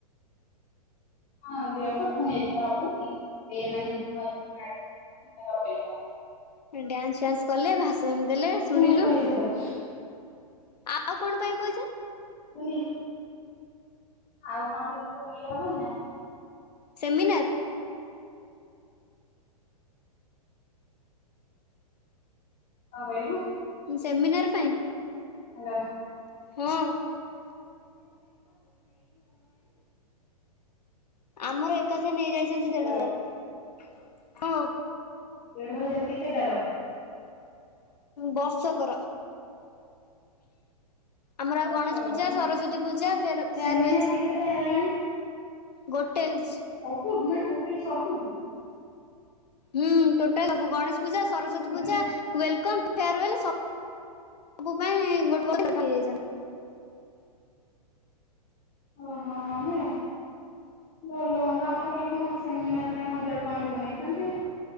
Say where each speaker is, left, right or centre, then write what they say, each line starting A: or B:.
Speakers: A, on the left (about 35°); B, on the left (about 75°).
A: ହଁ ଦିଆ ହବ ବା ପୁଣି ଏଥର ହେବନି ଏମାନେ <unintelligible> ତାଙ୍କର ୱେଲକମ୍।
B: ଡ୍ୟାନ୍ସ ଫ୍ୟାନ୍ସ କଲେ ଭାଷଣ ଦେଲେ। ଶୁଣିଲୁ।
A: ପୁଣି ପଇସା ଦବ।
B: ଆଉ କଣ ପାଇଁ ପଇସା?
A: ମୁନି ଆଉ କଣ ପାଇଁ ଯୋଉ ଇଏ ହବନି ନା?
B: ସେମିନାର୍।
A: କଁ କହିଲୁ?
B: ସେମିନାର୍ ପାଇଁ।
A: ହ୍ୟାଲୋ।
B: ହଁ। ଆମର ଏକାଥରେ ନେଇ ଯାଇଛନ୍ତି ଦେଢ
A: ହାଲୋ
B: ହାଜାର।
A: ଦେଢ ହଜାର କେତେଟାର?
B: ବର୍ଷ କର। ଆମର
A: ବର୍ଷକର
B: ଆଉ ଗଣେଶ ପୂଜା
A: ନାଇଁ
B: ସରସ୍ଵତୀ ପୂଜା ଫ୍ୟାର୍ ଫ୍ୟାରେୱଲ୍ସ।
A: ସେମିନାର କେତେଟା ହେଲାଣି
B: ଗୋଟେ ହେଇଛି।
A: ସବୁ ନା ଟୋଟାଲ ସବୁ କି?
B: ହୁଁ ଟୋଟାଲ ସବୁ ଗଣେଶ ପୂଜା ସରସ୍ଵତୀ
A: ଏଇ
B: ପୂଜା
A: ଯୋଉ
B: ୱଲକମ୍। ଫ୍ୟାରୁୱଲ୍ ସବୁ ପାଇଁ ଗୋଟେ ଗୋଟ <unintelligible> ଟୋଟାଲ <unintelligible>
A: ଓହୋ। ଭଲ ହୁଅନ୍ତା ଆମର ଖାଲି କଣ ସେମିନାର୍ ପାଇଁ ହଜାର ଟଙ୍କା ଲେଖା ନେଇଚନ୍ତି।